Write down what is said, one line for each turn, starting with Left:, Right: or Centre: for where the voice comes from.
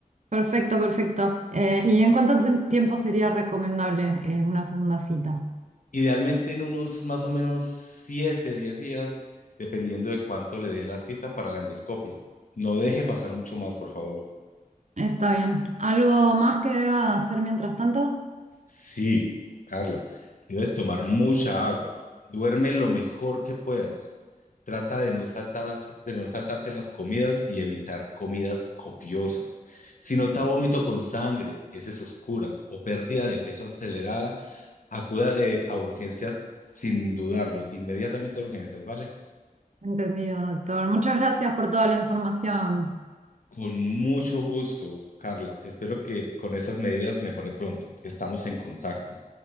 Right: Perfecto, perfecto. Eh, ¿y en cuánto tem- tiempo sería recomendable eh, una segunda cita?
Left: Idealmente en unos más o menos 7, 10 días, dependiendo de cuánto le den la cita para la endoscopia. No deje pasar mucho más, por favor.
Right: Está bien. ¿Algo más que deba hacer mientras tanto?
Left: Sí, Carla, si debes tomar mucha agua. Duerme lo mejor que puedas. Trata de no saltar, de no saltarte las comidas y evitar comidas copiosas. Si nota vómito con sangre, heces oscuras o pérdida de peso acelerada, acuda de- a urgencias sin dudarlo, inmediatamente a urgencias, ¿vale?
Right: Entendido, doctor. Muchas gracias por toda la información.
Left: Con mucho gusto, Carla. Espero que con esas medidas mejore pronto. Estamos en contacto.